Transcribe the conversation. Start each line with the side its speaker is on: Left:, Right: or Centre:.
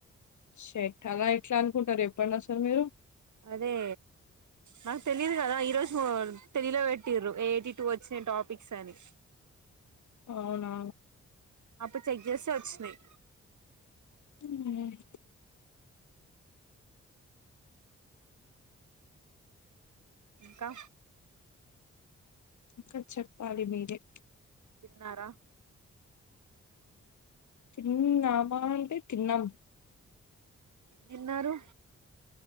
Left: షెట్ అలా ఇట్లా అనుకుంటారు ఎప్పుడనా సార్ మీరు
Right: అదే నాకు తెలియదు కదా ఈ రోజు తెదిలో పెట్టిర్రు ఎయిటి టూ వచ్చిన టాపిక్స్ అని
Left: అవునా!
Right: అప్పుడు చెక్ చేస్తే వచ్చినాయి
Left: హ్మ్
Right: కా
Left: ఇంకా చెప్పాలి మీరే
Right: తిన్నారా
Left: తిన్నామా అంటే తిన్నం
Right: దిన్నారు